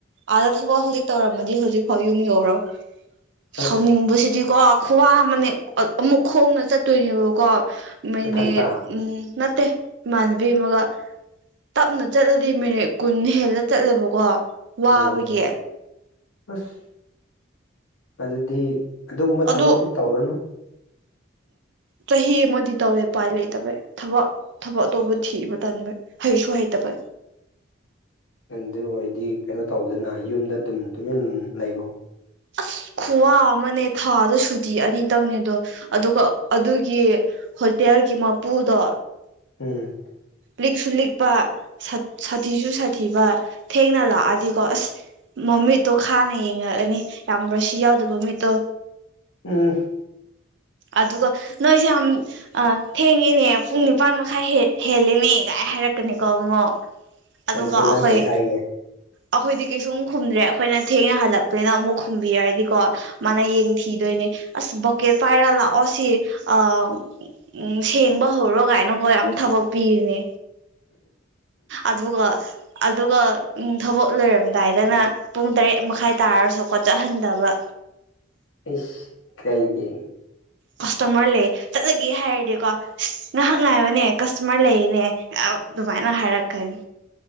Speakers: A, on the right; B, on the left.
A: ꯑꯥꯗ ꯊꯕꯛ ꯍꯧꯖꯤꯛ ꯇꯧꯔꯝꯃꯗꯤ ꯍꯧꯖꯤꯛꯐꯥꯎ ꯌꯨꯝ ꯌꯧꯔꯣ ꯁꯥꯎꯅꯤꯡꯕꯁꯤꯗꯤꯀꯣ
B: ꯑꯁ
A: ꯈꯨꯋꯥ ꯑꯃꯅꯦ ꯑꯃꯨꯛ ꯈꯣꯡꯅ ꯆꯠꯇꯣꯏꯅꯦꯕꯀꯣ ꯃꯤꯅꯤꯠ
B: ꯃꯊꯟꯇ
A: ꯎꯝ ꯅꯠꯇꯦ ꯏꯃꯥꯟꯅꯕꯤ ꯑꯃꯒ ꯇꯞꯅ ꯆꯠꯂꯗꯤ ꯃꯤꯅꯤꯠ ꯀꯨꯟ ꯍꯦꯜꯂꯥ ꯆꯠꯂꯦꯕꯀꯣ ꯋꯥꯕꯒꯤ
B: ꯎꯝ ꯑꯁ ꯑꯗꯨꯗꯤ ꯑꯗꯨꯒꯨꯝꯕ
A: ꯑꯗꯨ
B: ꯊꯕꯛꯇꯤ ꯇꯧꯔꯅꯨ
A: ꯆꯍꯤ ꯑꯃꯗꯤ ꯇꯧꯋꯦ ꯎꯄꯥꯏ ꯂꯩꯇꯕꯩ ꯊꯕꯛ ꯊꯕꯛ ꯑꯇꯣꯞ ꯊꯤꯕ ꯇꯟꯕꯩ ꯍꯩꯁꯨ ꯍꯩꯇꯕ
B: ꯑꯗꯨ ꯑꯣꯏꯔꯗꯤ ꯀꯩꯅꯣ ꯇꯧꯕꯗꯅ ꯌꯨꯝꯗ ꯑꯗꯨꯝ ꯇꯨꯃꯤꯟ ꯂꯩꯌꯣ
A: ꯑꯁ ꯈꯨꯋꯥ ꯑꯃꯅꯦ ꯊꯥꯗꯥ ꯁꯨꯇꯤ ꯑꯅꯤꯇꯪꯅꯦꯗꯣ ꯑꯗꯨꯒ ꯑꯗꯨꯒꯤ ꯍꯣꯇꯦꯜꯒꯤ ꯃꯄꯨꯗꯣ
B: ꯎꯝ
A: ꯂꯤꯛꯁꯨ ꯂꯤꯛꯄ ꯁꯥꯊꯤꯁꯨ ꯁꯥꯊꯤꯕ ꯊꯦꯡꯅ ꯂꯥꯛꯑꯗꯤꯀꯣ ꯑꯁ ꯃꯥꯃꯤꯠꯇꯣ ꯈꯥꯅ ꯌꯦꯡꯉꯛꯑꯅꯤ ꯌꯥꯝ ꯔꯥꯁꯤ ꯌꯥꯎꯗꯕ ꯃꯤꯠꯇꯣ
B: ꯎꯝ
A: ꯑꯗꯨꯒ ꯅꯣꯏꯁꯦ ꯌꯥꯝ ꯑꯥ ꯊꯦꯡꯉꯤꯅꯦ ꯄꯨꯡ ꯅꯤꯄꯥꯥꯟ ꯃꯈꯥꯏ ꯍꯦ ꯍꯦꯂꯦꯅꯦ ꯒꯥꯏ ꯍꯥꯏꯔꯛꯀꯅꯤꯀꯣ ꯑꯃꯨꯛ ꯑꯗꯨꯒ
B: ꯑꯗꯨꯗ ꯅꯪ
A: ꯑꯈꯣꯏ
B: ꯀꯩ ꯍꯥꯏꯒꯦ
A: ꯑꯩꯈꯣꯏꯗꯤ ꯀꯩꯁꯨꯝ ꯈꯨꯝꯗ꯭ꯔꯦ ꯑꯩꯈꯣꯏꯅ ꯊꯦꯡꯅ ꯍꯜꯂꯛꯄꯅꯤꯅ ꯑꯃꯨꯛ ꯈꯨꯝꯕꯤꯔꯗꯤꯀꯣ ꯃꯥꯅ ꯌꯦꯡ ꯊꯤꯗꯣꯏꯅꯦ ꯑꯁ ꯕꯛꯀꯦꯠ ꯄꯥꯏꯔ ꯂꯥꯛꯑꯣ ꯁꯤ ꯑ ꯎꯝ ꯁꯦꯡꯕ ꯍꯧꯔꯣ ꯀꯥꯏꯅꯀꯣ ꯌꯥꯝ ꯊꯕꯛ ꯄꯤꯔꯤꯅꯦ ꯑꯗꯨꯒ ꯑꯗꯨꯒ ꯊꯕꯛ ꯂꯣꯏꯔꯝꯗꯥꯏꯗꯅ ꯄꯨꯡ ꯇꯔꯦꯠ ꯃꯈꯥꯏ ꯇꯥꯔꯁꯨ ꯈꯣꯠꯆꯍꯟꯗꯕ
B: ꯏꯁ ꯀꯩꯒꯤ꯫
A: ꯀꯁꯇꯃꯔ ꯂꯩ ꯆꯥꯠꯂꯒꯦ ꯍꯥꯏꯔꯗꯤꯀꯣ ꯉꯥꯏꯍꯥꯛ ꯉꯥꯏꯎꯅꯦ ꯀꯁꯇꯃꯔ ꯂꯩꯅꯦ ꯑꯗꯨꯃꯥꯏꯅ ꯍꯥꯏꯔꯛꯀꯅꯤ